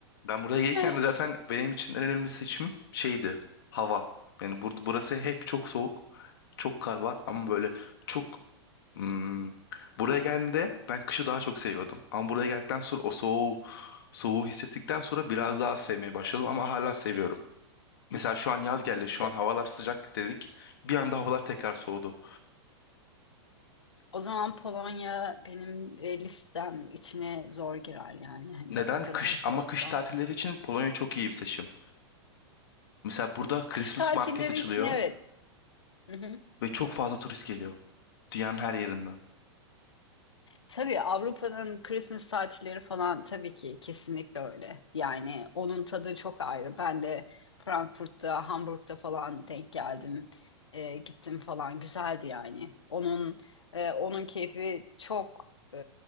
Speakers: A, on the left; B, on the left.
A: Ben buraya gelirken
B: <laughs>
A: de zaten benim için en önemli seçim şeydi. Hava. Yani bur burası hep çok soğuk. Çok kar var ama böyle çok... hmm, buraya geldiğimde ben kışı daha çok seviyordum. Ama buraya geldikten sonra o soğuğu Soğuğu hissettikten sonra biraz daha az sevmeye başladım ama hala seviyorum. Mesela şu an yaz geldi, şu
B: O,
A: an havalar sıcak dedik. Bir anda havalar tekrar soğudu.
B: O zaman Polonya benim e, listem içine zor girer yani hani
A: Neden?
B: o kadar
A: Kış
B: soğuksa.
A: ama kış tatilleri için Polonya çok iyi bir seçim. Mesela burada Christmas
B: Kış tatilleri
A: market açılıyor
B: için evet. Hı hı.
A: ve çok fazla turist geliyor. Dünyanın her yerinden.
B: Tabii Avrupa'nın Christmas tatilleri falan tabii ki kesinlikle öyle. Yani onun tadı çok ayrı. Ben de Frankfurt'ta, Hamburg'da falan denk geldim. e, gittim falan güzeldi yani. Onun e, onun keyfi çok e,